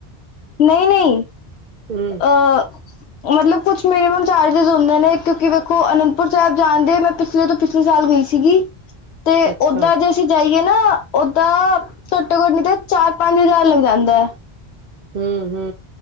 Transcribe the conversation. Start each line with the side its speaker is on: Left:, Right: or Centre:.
Left: ਨਹੀਂ-ਨਹੀਂ।
Right: ਹੂੰ
Left: ਅ ਮਤਲਬ ਕੁਛ ਮਿਨੀਮਮ ਚਾਰਜਿਸ ਹੁੰਦੇ ਨੇ ਕਿਉਂਕਿ ਵੇਖੋ ਅਨੰਦਪੁਰ ਸਾਹਿਬ ਜਾਣਦੇ ਮੈਂ ਪਿਛਲੇ ਤੋਂ ਪਿਛਲੇ ਸਾਲ ਗਈ ਸੀਗੀ, ਤੇ
Right: ਅੱਛਾ
Left: ਓਦਾਂ ਜੇ ਅਸੀਂ ਜਾਈਏ ਨਾ ਓਦਾਂ, ਘੱਟੋ-ਘੱਟ ਨਹੀਂ ਤੇ ਚਾਰ-ਪੰਜ ਹਜ਼ਾਰ ਲੱਗ ਜਾਂਦਾ।
Right: ਹੂੰ-ਹੂੰ।